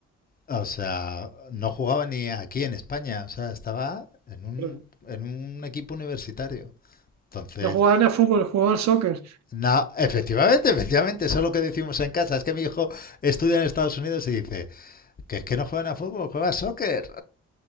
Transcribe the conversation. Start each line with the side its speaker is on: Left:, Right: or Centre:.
Left: O sea, no jugaba ni aquí en España. O sea, estaba en un,
Right: pero
Left: en un equipo universitario. Entonces,
Right: no jugaba ni a fútbol, jugaba al soccer.
Left: no, efectivamente, efectivamente, eso es lo que decimos en casa. Es que mi hijo estudia en Estados Unidos y dice que es que no juegan a fútbol, juega a soccer.